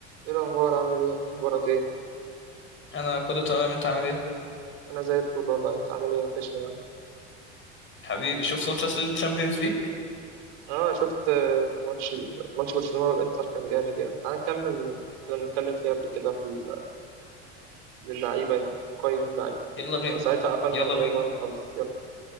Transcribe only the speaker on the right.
إيه الأخبار عامل إيه؟ أخبارك إيه؟
أنا زي الفل والله أنت عامل إيه وحشني يعني
آه شفت آه، ماتش ال- ماتش برشلونة والإنتر كان جامد يعني تعال نكمل كنا بنتكلم فيه قبل كده في ال- للعيبة يعني قيم اللعيبة
آه، ساعتها قفلنا
من غير
ما نخلص يلا